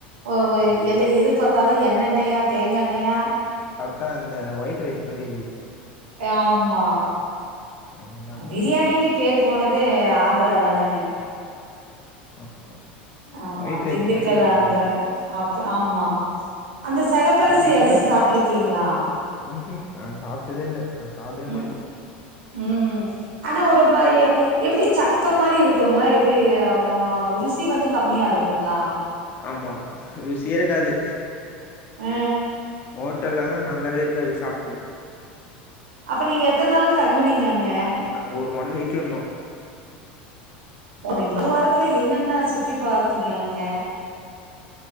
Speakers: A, on the right; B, on the left.
A: ஆ
B: ம்
A: எல்ல எது பாத்தாலூ எண்ணெண்ணயா தேங்காண்ணெயா
B: ட அந்த வைட் ரைஸ் மாரி இந்
A: ஆமா
B: என்ன பண்றது?
A: பிரியாணிக்கு பேர் போனத் து ஆந்திரா தானேங்க
B: ஆமா
A: ஆமா
B: ஒயிட் ரைஸ்
A: திண்டுக்கல்
B: மாரி இருக்கு
A: ஆந்திரா
B: அப்டியே.
A: அப் ஆமா அந்த செகப்பரிசி
B: அது
A: அரிசி
B: கூட
A: சாப்ட்ருக்கீங்களா
B: ம்ஹ்ம். நான் சாப்ட்டதே இல்ல. நான் சாப்டவே
A: ம்
B: மாட்டேன்.
A: ம் ஆனா ஒரு மாய எப்படி சக்க மாரி இருக்கூங்ளா எப்டி ஆ ருசி வந்து கம்மியாருக்கூங்களா
B: ஆமா ருசியேருக்காது
A: ஆ
B: ஹோட்டல்லல்லா நல்லாவேருக்காது சாப்படு
A: அப்ப நீங்க எத்தன் நாள் தங்குனீங்க அங்க
B: நாங்க ஒரு ஒன் வீக் இன்னூ
A: ஓ நீங்க ஒரு வாரத்துல என்னென்ன சுற்றி
B: ஆமா.
A: பாத்தீங்க அங்க